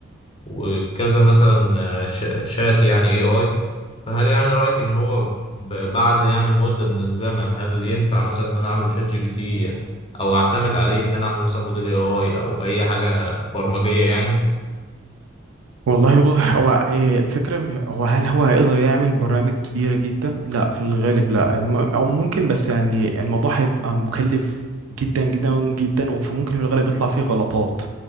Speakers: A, on the left (about 25°); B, on the right (about 80°).
A: وكذا مثلا آه، ش- شات يعني اي اي فهل يعني رأيك إن هو ب- بعد يعني مدة من الزمن هل ينفع مثلا إن أنا أعمل شات جي بي تي أو أعتمد عليه إن أنا أعمل مثلا موديل اي اي أو أي حاجة برمجية يعني
B: والله بو- هو إيه الفكرة م- هو هل هو هيقدر يعمل برامج كبيرة جدا؟ لا في الغالب لا الم- أو ممكن بس يعني الموضوع هيبقى مكلف جدا جدا جدا وممكن في الغالب يطلع فيه غلطات